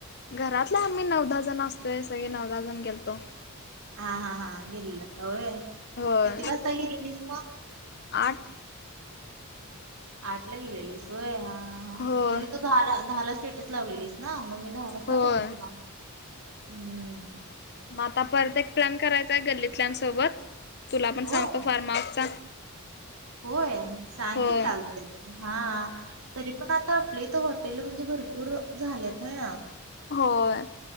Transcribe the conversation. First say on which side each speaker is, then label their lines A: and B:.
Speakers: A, on the left; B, on the right.
A: घरातला आम्ही नवदा जण असतोय सगळे नदा जण गेलतो.
B: हा हा हा गेलेलं सवय
A: होय
B: किती वाजता गेलेलीस मग
A: आठ.
B: आठ ला गेलेलीस होय ह
A: होय
B: तरी तू दहाला स्टेटस लावलेलीस ना मग द वाजता
A: होय
B: बघितला हम्म.
A: मग आता परत एक प्लॅन करायचाय गल्लीतल्यासोबत तुला पण
B: होय
A: सांगतो फार्म हाऊसचा.
B: होय सांग
A: होय
B: की चालतय हा तरी पण आ आता आपलीथ हॉटेल म्हणजे भरपूर झालेतय ना.
A: होय.